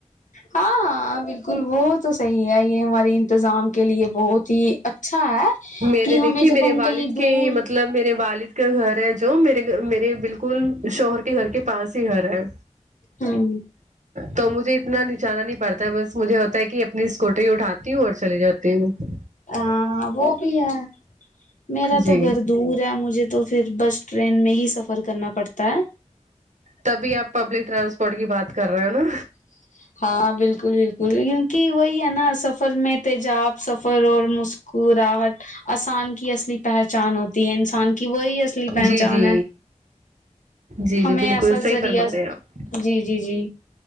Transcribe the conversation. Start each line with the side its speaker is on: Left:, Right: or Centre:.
Left: ہاں ہ بالکل وہ تو صحیح ہے یہ ہماری انتظام کے لیے بہت ہی اچھا ہے
Right: میرے
Left: کہ
Right: دیکھیے
Left: ہمیں
Right: میرے
Left: جب ہم
Right: والد
Left: کہیں
Right: کے
Left: دور
Right: مطلب میرے والد کا گھر ہے جو میرے میرے بالکل شوہر کے گھر کے پاس ہی گھر ہے
Left: ہوں
Right: تو مجھے اتنا نچانا نہیں پڑتا ہے بس مجھے ہوتا ہے کہ اپنی اسکوٹے اٹھاتی ہوں اور چلے جاتی ہوں
Left: ا وہ بھی ہے میرا
Right: جی
Left: تو گھر دور ہے مجھے تو پھر بس ٹرین میں ہی سفر کرنا پڑتا ہے
Right: تبھی آپ پبلک ٹرانسپورٹ کی بات کر رہے ہو نا
Left: ج ہاں بالکل بالکل کیونکہ وہی ہے نا سفر میں تیجاب سفر اور م کو راہٹ آسان کی اصلی پہچان ہوتی ہے انسان کہ وہی اصلی پہچان
Right: جی جی
Left: ہے
Right: جی
Left: ہمیں
Right: جی بالکل
Left: ایسا
Right: صحیح
Left: ذریعہ
Right: فرما رہے ہیں آپ
Left: جی جی جی